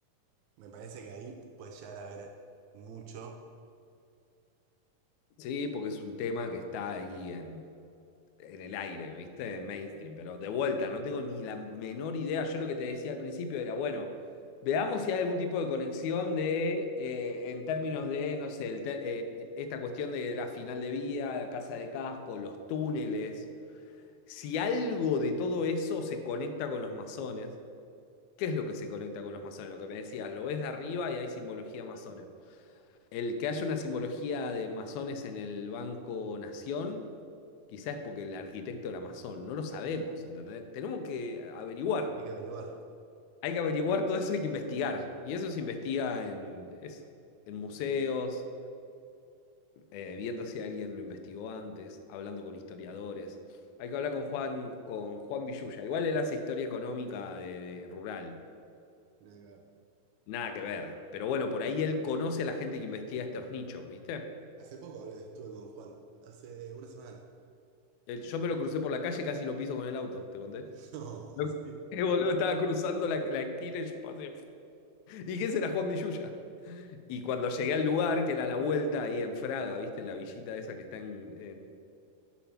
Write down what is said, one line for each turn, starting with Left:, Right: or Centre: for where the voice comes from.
Right: me parece que ahí puedes llegar a ver mucho.
Left: sí, porque es un tema que está ahí en, en el aire, ¿viste? Mainstream, pero de vuelta, no tengo ni la menor idea. Yo lo que te decía al principio era, bueno, veamos si hay algún tipo de conexión de, eh, en términos de, no sé, el te- eh, esta cuestión de la final de vía, la casa de casco, los túneles. Si algo de todo eso se conecta con los masones, ¿qué es lo que se conecta con los masones? Lo que me decías, lo ves de arriba y hay simbología masona. El que haya una simbología de masones en el Banco Nación, quizás es porque el arquitecto era masón, no lo sabemos, ¿entendés? Tenemos que averiguarlo.
Right: Hay que averiguar.
Left: Hay que averiguar todo eso, hay que investigar. Y eso se investiga en, eso, en museos, eh, viendo si alguien lo investigó antes, hablando con historiadores. Hay que hablar con Juan, con Juan Villuya. Igual él hace historia económica de- rural.
Right: Nada que ver.
Left: Nada que ver. Pero bueno, por ahí él conoce a la gente que investiga estos nichos, ¿viste?
Right: Hace poco hablé- estuve con Juan, hace una semana.
Left: Él- yo me lo crucé por la calle, casi lo piso con el auto, te conté.
Right: <laughs> No,
Left: Lo-
Right: en
Left: <laughs>
Right: serio.
Left: Eh, boludo, estaba cruzando la, la esquina y yo pasé. Y ese será Juan Villuya. Y cuando llegué al lugar, que era la vuelta ahí en Fraga, ¿viste? En la villita esa que está en, en-